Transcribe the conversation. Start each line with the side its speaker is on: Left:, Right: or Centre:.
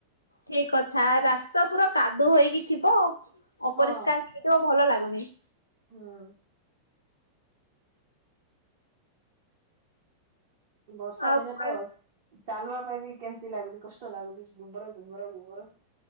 Left: ଠିକ କଥା ରାସ୍ତା ପୁରା କାଦୁଅ ହେଇକି, ଅପରିଷ୍କାର
Right: ହଁ
Left: ହେଇଥିବ ଭଲ ଲାଗୁନି।
Right: ହୁଁ। ବର୍ଷା
Left: ଆଉ
Right: ଦିନେ
Left: କୁଆଡେ
Right: ତ ଚାଲୁବା ପାଇଁ ବି କେମି ତି ଲାଗୁଛି କଷ୍ଟ ଲାଗୁଛି ଗୋବର ଗୋବର ଗୋବର।